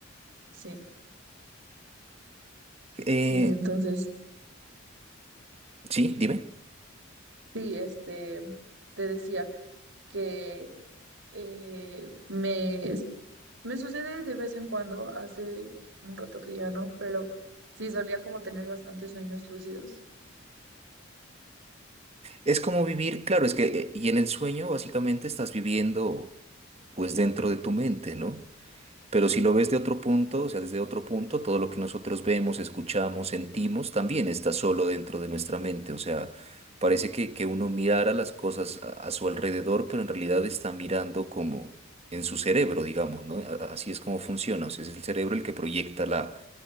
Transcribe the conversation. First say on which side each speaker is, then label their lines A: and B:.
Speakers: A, on the right; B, on the right.
A: Sí,
B: Eh,
A: sí, entonces,
B: sí, dime.
A: sí, este, te decía que eh, me, es- me sucede de vez en cuando, hace un rato que ya no, pero sí solía como tener bastantes sueños lúcidos.
B: Es como vivir, claro, es que, eh, y en el sueño básicamente estás viviendo pues dentro de tu mente, ¿no? Pero si lo ves de otro punto, o sea, desde otro punto, todo lo que nosotros vemos, escuchamos, sentimos, también está solo dentro de nuestra mente. O sea, parece que, que uno mirara las cosas a, a su alrededor, pero en realidad está mirando como en su cerebro, digamos, ¿no? A- a- Así es como funciona. O sea, es el cerebro el que proyecta la,